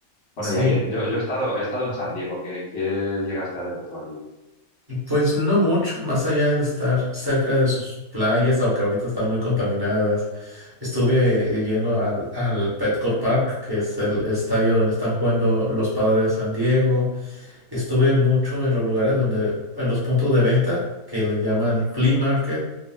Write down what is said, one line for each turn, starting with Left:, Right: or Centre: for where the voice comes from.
Left: Bueno,
Right: Sí,
Left: y ahí en- yo, yo he estado, he estado en San Diego, ¿qué, qué llegaste a ver tú allí?
Right: pues no mucho, más allá de estar cerca de sus playas, aunque ahorita están muy contaminadas. Estuve yendo al, al Petco Park, que es el estadio donde están jugando los Padres de San Diego. Estuve mucho en los lugares donde, en los puntos de venta que le llaman flea market